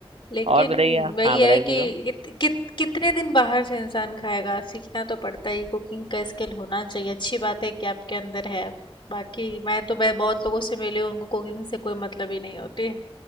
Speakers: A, on the left; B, on the right.
A: लेकिन
B: और बताइए
A: वही
B: हाँ बताइए
A: है कि
B: बताओ
A: कित, कित, कितने दिन बाहर से इंसान खाएगा सीखना तो पड़ता ही कुकिंग का स्किल होना चाहिए अच्छी बात है कि आपके अंदर है बाकी मैं तो मैं बहुत लोगों से मिली हूँ उनको कुकिंग से कोई मतलब ही नहीं होती